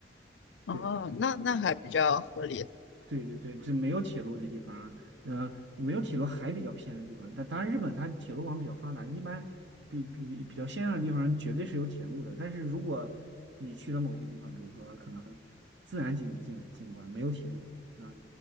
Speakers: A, on the left; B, on the right.
A: 哦，
B: 对对
A: 那那还比较合理。
B: 对对对，这没有铁路的地方，呃，没有铁路还比较偏的地方，但当然日本它铁路网比较发达，一般比比比较先进的地方绝对是有铁路的。但是如果你去了某些地方，比如说可能自然景景景观没有铁路，那